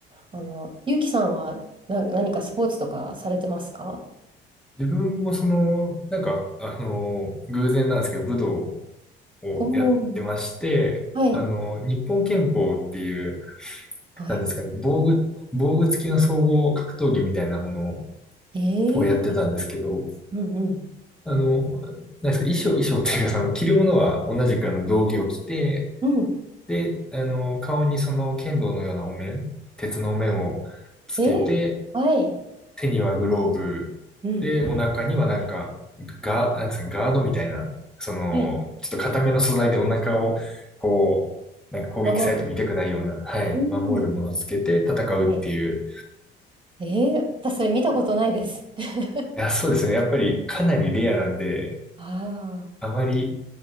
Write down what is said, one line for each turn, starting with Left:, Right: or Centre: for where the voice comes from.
Right: あの、ゆうきさんはな、何かスポーツとかされてますか
Centre: 自分もその、なんか、あの、偶然なんですけど、武道をやってまして、
Right: おーはい。
Centre: あの、日本拳法っていう、
Right: はい。
Centre: なんですかね、防具、防具付きの総合格闘技みたいなもの
Right: ええ
Centre: をやってたんですけど、
Right: うんうん。
Centre: あの、なんですか、衣装、衣装っていうか、その、着るものは同じくあの、道着を着て、
Right: うん。
Centre: で、あの、顔にその、剣道のようなお面、鉄のお面をつけて、
Right: ええはい。
Centre: 手にはグローブ、
Right: うん。
Centre: で、お腹にはなんか、ガ、なんつうの、ガードみたいな、その、
Right: はい。
Centre: ちょっと硬めの素材でお腹を、こう、なんか攻撃されても痛くないような、
Right: 守る
Centre: はい、
Right: うん。
Centre: 守るものをつけて戦うっていう。
Right: はい。
Centre: い
Right: ええ私それ見たことないです。<laughs>
Centre: や、そうですね。やっぱりかなりレアなんで、
Right: ああ。
Centre: あまり、